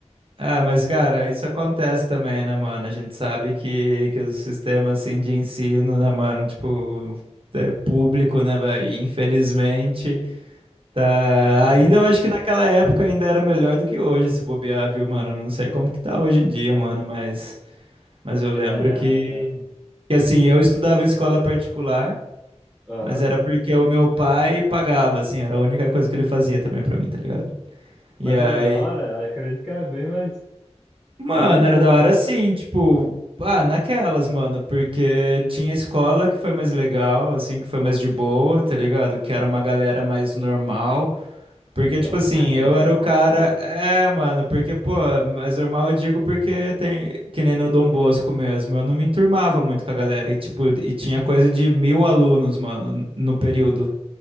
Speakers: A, on the right; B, in the centre.
A: é, mas cara, isso acontece também, né, mano? A gente sabe que, que o sistema, assim, de ensino, né, mano, tipo, é público, né, velho? E, Infelizmente, tá...
B: sim.
A: Ainda eu acho que naquela época ainda era melhor do que hoje, se bobear, viu, mano? Eu Não sei como que tá hoje em dia, mano, mas, mas eu lembro
B: É,
A: que,
B: é,
A: que, assim, eu estudava em escola particular,
B: aham.
A: mas era porque o meu pai pagava, assim, era a única coisa que ele fazia também pra mim, tá ligado?
B: Mas
A: E aí
B: era da hora? Acredito que era bem mais,
A: Mano,
B: bem de boa,
A: era da hora
B: né?
A: assim, tipo, ah, naquelas, mano, porque tinha escola que foi mais legal, assim, que foi mais de boa, tá ligado? Que era uma galera mais normal. Porque,
B: Ah,
A: tipo assim,
B: <laughs> mas normal,
A: eu era o cara.
B: foda.
A: É, mano, porque, pô, mais normal eu digo porque tem. Que nem no Dom Bosco mesmo. Eu não me enturmava muito com a galera. E, tipo, e tinha coisa de mil alunos, mano, no período.